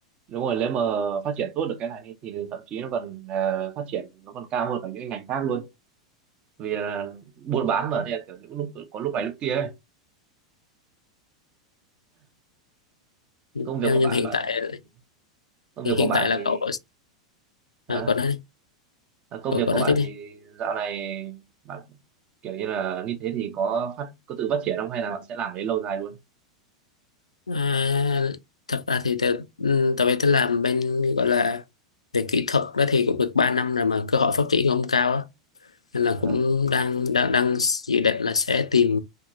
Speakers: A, on the right; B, on the left.
A: đúng rồi nếu mà phát triển tốt được cái này thì thậm chí nó còn ờ, phát triển nó còn cao hơn cả những cái ngành khác luôn vì là buôn bán mà nên là kiểu những lúc có lúc này lúc kia ấy.
B: nếu
A: Cái công việc của
B: nhưng
A: bạn
B: hiện
A: bạn
B: tại
A: công
B: thì
A: việc
B: hiện
A: của bạn
B: tại là
A: thì
B: cậu
A: hả?
B: à, cậu nói đi.
A: À, công
B: cậu
A: việc
B: cậu
A: của
B: nói
A: bạn
B: tiếp đi
A: thì dạo này bạn kiểu như là như thế thì có phát có tự phát triển không hay là bạn sẽ làm đấy lâu dài luôn
B: à, thật ra thì tớ- ừ, tại vì tôi làm bên gọi là về kỹ thuật đó thì cũng được 3 năm rồi mà cơ hội phát triển không cao nên
A: Ờ,
B: là cũng đang đang đang dự định là sẽ tìm